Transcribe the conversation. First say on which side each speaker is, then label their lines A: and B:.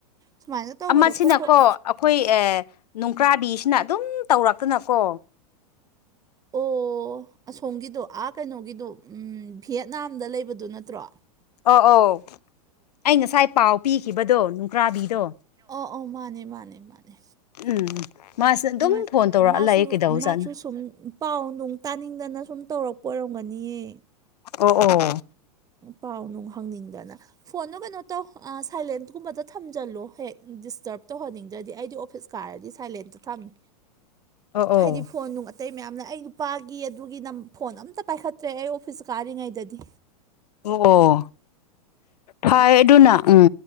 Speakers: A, on the right; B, on the left.
A: ꯁꯨꯃꯥꯏꯅ ꯇꯧꯕꯗꯣ
B: ꯑꯃꯁꯤꯅꯀꯣ
A: ꯈ꯭ꯔꯣꯛ ꯈ꯭ꯔꯣꯛ
B: ꯑꯩꯈꯣꯏ ꯑꯦ ꯅꯨꯡꯀ꯭ꯔꯥꯕꯤꯁꯤꯅ ꯑꯗꯨꯝ ꯇꯧꯔꯛꯇꯅꯀꯣ
A: ꯑꯣ ꯑꯁꯣꯝꯒꯤꯗꯣ ꯑꯥ ꯀꯩꯅꯣꯒꯤꯗꯣ ꯚꯤꯌꯦꯠꯅꯥꯝꯗ ꯂꯩꯕꯗꯨ ꯅꯠꯇ꯭ꯔꯣ
B: ꯑ ꯑꯧ ꯑꯩ ꯉꯁꯥꯏ ꯄꯥꯎ ꯄꯤꯈꯤꯕꯗꯣ ꯅꯨꯡꯀ꯭ꯔꯥꯕꯤꯗꯣ
A: ꯑꯣ ꯑꯣ ꯃꯥꯅꯦ ꯃꯥꯅꯦ ꯃꯥꯅꯦ
B: ꯎꯝ ꯃꯥꯁꯤꯗ ꯑꯗꯨꯝ
A: ꯎꯝ,
B: ꯐꯣꯟ ꯇꯧꯔꯛꯑ
A: ꯃꯥꯁꯨ
B: ꯂꯥꯛꯑꯦ ꯀꯩꯗꯧꯖꯥꯠꯅꯣ
A: ꯃꯥꯁꯨ ꯁꯨꯝ ꯄꯥꯎ ꯅꯨꯡ ꯇꯥꯅꯤꯡꯗꯅ ꯁꯨꯝ ꯇꯧꯔꯛꯄ ꯑꯣꯏꯔꯝꯒꯅꯤꯌꯦ
B: ꯑꯣ ꯑꯣ
A: ꯄꯥꯎ ꯅꯨꯡ ꯍꯪꯅꯤꯡꯗꯅ ꯐꯣꯟꯗ ꯀꯩꯅꯣ ꯇꯧ ꯁꯥꯏꯂꯦꯟꯀꯨꯝꯕꯗ ꯊꯝꯖꯜꯂꯨ ꯍꯦꯛ ꯗꯤꯁꯇꯔꯕ ꯇꯧꯍꯟꯅꯤꯡꯗ꯭ꯔꯗꯤ ꯑꯩꯗꯤ ꯑꯣꯐꯤꯁ ꯀꯥꯔꯗꯤ ꯁꯥꯏꯂꯦꯟꯇ ꯊꯝꯃꯤ
B: ꯑꯣ
A: ꯍꯥꯏꯗꯤ ꯐꯣꯟ ꯅꯨꯡ ꯑꯇꯩ ꯃꯌꯥꯝꯅ ꯑꯩ ꯅꯨꯄꯥꯒꯤ ꯑꯗꯨꯒꯤ ꯅ ꯐꯣꯟ ꯑꯝꯇ ꯄꯥꯏꯈꯠꯇ꯭ꯔꯦ ꯑꯩ ꯑꯣꯐꯤꯁ ꯀꯥꯔꯤꯉꯩꯗꯗꯤ
B: ꯑꯣ ꯐꯥꯏ ꯑꯗꯨꯅ ꯎꯝ